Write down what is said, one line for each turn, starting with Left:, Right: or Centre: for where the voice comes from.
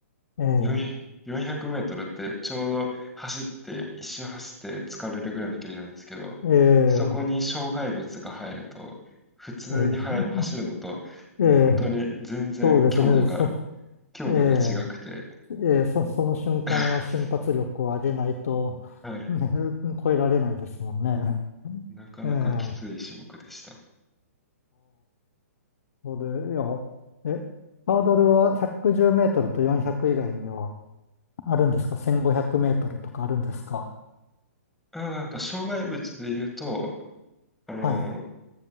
Left: ええ
Centre: 400 4メートルってちょうど走って、一周走って疲れるぐらいの距離なんですけど、
Left: ええ
Centre: そこに障害物が入ると、普通には走るのと、
Left: え
Centre: 本当に全然強度が、
Left: え、ええ、そうですね。そ、
Centre: 強度が違くて、
Left: ええ、ええ、そ、その瞬間は瞬発力を上げないと、
Centre: <laughs> はい。
Left: <laughs> ね、超えられないですもんね。
Centre: なかなかきつい種目でした。
Left: ええ、ああ、そうで、いや、え、ハードルは110メートルと400以外にはあるんですか ?1500 メートルとかあるんですか
Centre: あ、なんか障害物で言うと、あの、
Left: はい。